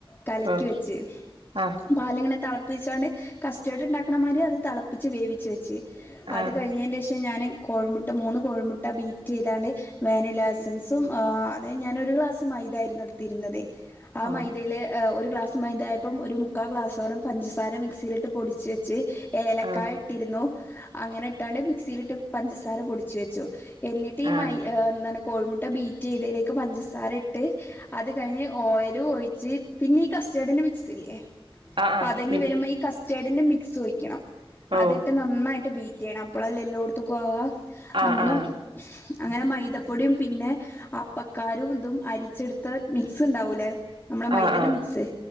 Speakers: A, on the left; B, on the right.
A: കലക്കി
B: ആ
A: വെച്ച്
B: ആ
A: പാല്ങ്ങെനെ തിളപ്പിച്ചണ്ട് കസ്റ്റേർഡ് കസ്റ്റേർഡ് തൾപ്പിച്ചാണ്ട് കസ്റ്റേർഡ്ണ്ടാക്ക്ണ മായ്രി അത് തളപ്പിച്ച് വേവിച്ച് വെച്ച് അത്
B: ആ ആ
A: കയ്ഞ്ഞേന്റേഷ് ഷം ഞാന് കോഴിമുട്ട മൂന്ന് കോഴിമുട്ട ബീറ്റെയ്താണ്ട് വേനിലാ എസ്സെൻസും ആഹ് അതെ ഞാനൊരു ക്ലാസ്സ്‌ മൈദായ്ര്ന്നു എട്ത്തിര്ന്നെത് ആ
B: ഓ
A: മൈദേല് ഒരു ഗ്ലാസ് മൈദായപ്പം ഒര് മുക്കാ ഗ്ലാസോരം പഞ്ചസാര മിക്സിയിലിട്ട് പൊടിച്ച് വെച്ച് ഏലക്കായ
B: ആ
A: ട്ടിരിന്നു അങ്ങെനെട്ടാണ്ട് മിക്സിയിലിട്ട് പഞ്ചസാര പൊടിച്ച് വെച്ചു എന്നിട്ട് ഈ
B: ആ
A: മൈ ഏഹ് ന്താണ് കോഴ്മുട്ട ബീ റ്റെയ്തേലേക്ക് പഞ്ചസാര ഇട്ട് അത് കയ്ഞ്ഞ് ഓയലും ഒയിച്ച് പിന്നെ ഈ കസ്റ്റാർഡ്ന്റെ മിക്സ്‌ല്ല്യേ
B: ആ ആ
A: പതഞ്ഞ്
B: മി
A: വര്മ്പം ഈ കസ്റ്റേഡിന്റെ മിക്സും ഒഴിയ്ക്കെണം
B: ഓ
A: അതിട്ട് നന്നായ്ട്ട് ബീ റ്റെയ്യെണം അപ്പളെല്ലെ എല്ലോട്ത്ത്ക്കും ആവാ
B: ആ
A: അങ്ങെനെം
B: ആ
A: അങ്ങനെ മൈദപ്പൊട്യും പിന്നെ അപ്പക്കാരും തും അരിച്ചെട്ത്ത മിക്സ്ണ്ടാവൂലേ നമ്മളെ മൈദന്റെ
B: ആ ആ
A: മിക്സ്